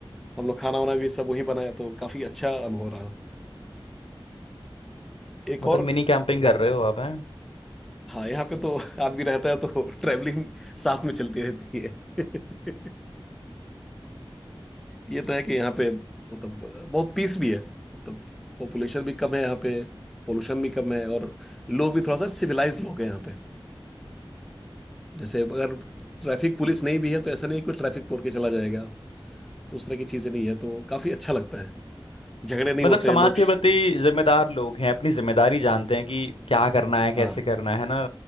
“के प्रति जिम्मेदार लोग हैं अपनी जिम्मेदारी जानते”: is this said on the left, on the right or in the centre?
Left